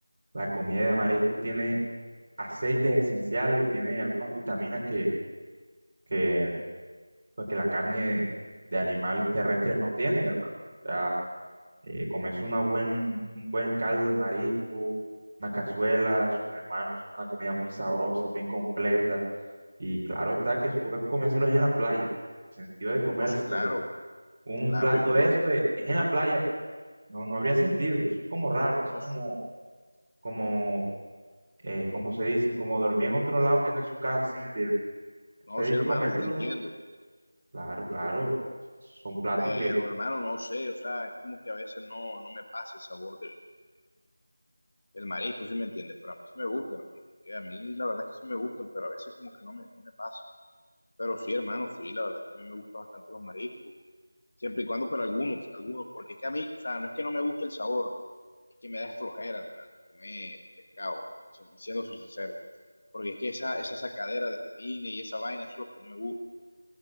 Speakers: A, on the right; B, on the left.
A: La comida de marisco tiene aceites esenciales y tiene algunas vitaminas que, que, pues, que la carne de animales terrestres no tienen, hermano. O sea, eh, comerse una buen, un buen caldo de marisco, una cazuela, sus hermanos, una comida muy sabrosa, muy completa. Y claro está que eso toca comérselo es en la playa. El sentido de comerse
B: No, sé, claro,
A: un
B: claro,
A: plato
B: yo lo
A: de
B: entiendo.
A: eso es, es en la playa, porque no, no habría sentido. Eso es como raro, eso
B: No,
A: es como,
B: s-
A: como eh, ¿cómo se dice? Como dormir en otro lado que no es su casa, ¿sí me entiendes? Eso
B: no,
A: hay
B: sé,
A: que
B: hermano,
A: comérselo,
B: yo lo entiendo.
A: claro, claro. Son platos
B: Pero,
A: que,
B: hermano, no sé, o sea, es como que a veces no, no me pasa el sabor del, del marisco, ¿sí me entiendes? Pero a mí sí me gusta, hermano, porque a mí la verdad es que sí me gustan, pero a veces como que no me, no me pasa. Pero sí, hermano, sí, la verdad es que a mí me gustan bastante los mariscos, siempre y cuando, pero algunos, algunos, porque es que a mí, o sea, no es que no me guste el sabor, es que me da flojera, hermano, comer pescado, si- siendo sincero, porque es que esa, esa sacadera de espina y esa vaina, eso es lo que no me gusta.